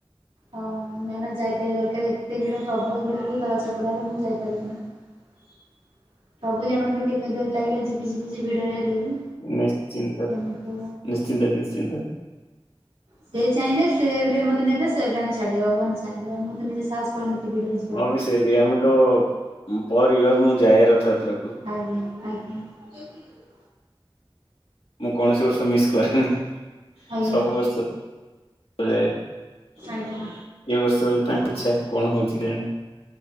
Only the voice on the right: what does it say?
ହଁ ଆମେ ଏଇନା ଯାଇ ପାରିବା ଦରକାର। ଏତେ ଭିଡ଼ ପ୍ରବଳ ଭିଡ଼ ବି ଦଲା ଚକଡ଼ାରେ ମୁଁ ଯାଇପାରିନି ସବୁ ଜାଣନ୍ତି। କେବେ ଡୋରି ଲାଗିଲେ ଯିବି ଯିବି ଭିଡରେ ହେଲେ ବି।
କିନ୍ତୁ ସେ ଚାହିଁଲେ ସେଭ ରେ ମତେ ନେବେ ସେଭ ଆଣି ଛାଡ଼ିବେ ଭଗବାନ ଚାହିଁଲେ ମୁଁ ତ ନିଜ ସାହାସ। <unintelligible> ଭିଡ଼ ରେ ଯିବା
ପାଇଁ।
ଅଜ୍ଞା ଅଜ୍ଞା। <inaudible>
ଆଜ୍ଞା
ଆଜ୍ଞା।